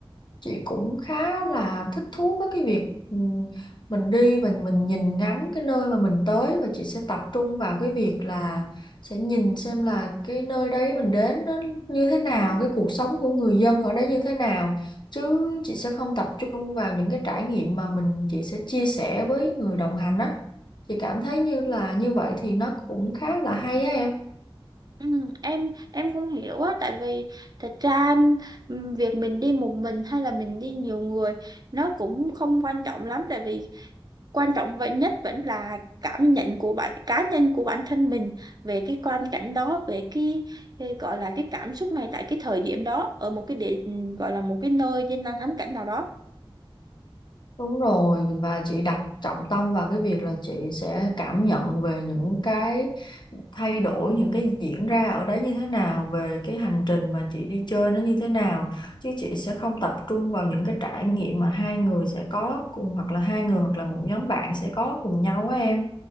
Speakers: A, on the left (about 55°); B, on the right (about 45°).
A: chị cũng khá là thích thú với cái việc ừ, mình đi và mình nhìn ngắm cái nơi mà mình tới và chị sẽ tập trung vào cái việc là sẽ nhìn xem là cái nơi đấy mình đến nó như thế nào cái cuộc sống của người dân ở đấy như thế nào chứ chị sẽ không tập trung vào những cái trải nghiệm mà mình chị sẽ chia sẻ với người đồng hành á chị cảm thấy như là như vậy thì nó cũng khá là hay á em
B: Ừ, em em cũng hiểu á tại vì thật ra ừm, việc mình đi một mình hay là mình đi nhiều người nó cũng không quan trọng lắm tại vì quan trọng vậy nhất vẫn là cảm nhận của bạn cá nhân của bản thân mình về cái quan cảnh đó về cái, cái gọi là cái cảm xúc này tại cái thời điểm đó ở một cái địa ừ, gọi là một cái nơi danh lam thắng cảnh nào đó
A: Đúng rồi, và chị đặt trọng tâm vào cái việc là chị sẽ cảm nhận về những cái thay đổi, những cái diễn ra ở đấy như thế nào, về cái hành trình mà chị đi chơi nó như thế nào. Chứ chị sẽ không tập trung vào những cái trải nghiệm mà hai người sẽ có cùng, hoặc là hai người hoặc là một nhóm bạn sẽ có cùng nhau á em.